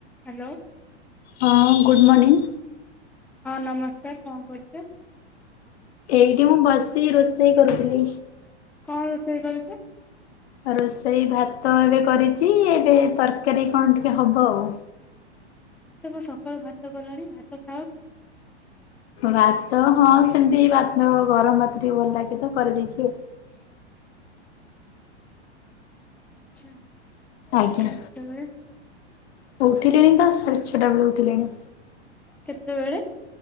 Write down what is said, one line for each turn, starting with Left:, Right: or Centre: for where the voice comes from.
Centre: Hello
Left: ହଁ good morning.
Centre: ହଁ ନମସ୍କାର କଣ କରୁଚ?
Left: ଏଇଠି ମୁଁ ବସି ରୋଷେଇ କରୁଥିଲି।
Centre: କଣ ରୋଷେଇ କରୁଚ?
Left: ରୋଷେଇ ଭାତ ଏବେ କରିଚି ଏବେ ତରକାରୀ କଣ ଟିକେ ହବ ଆଉ।
Centre: ତମ ସକାଳୁ ଭାତ କଲଣି ଭାତ ଖାଅ କି?
Left: ଭାତ ହଁ ସେମିତି ଭାତ ଗରମ ଭାତ ଟିକେ ଭଲ ଲାଗେ ତ କରିଦେଇଚି ଆଉ।
Centre: <inaudible> ଆଛା
Left: ଆଜ୍ଞା
Centre: ଉଠିଲ କେତେବେଳେ?
Left: ଉଠିଲିଣି ତ ସାଢେ଼ ଛ ଟା ବଳୁ ଉଠିଲିଣି।
Centre: କେତେବେଳେ?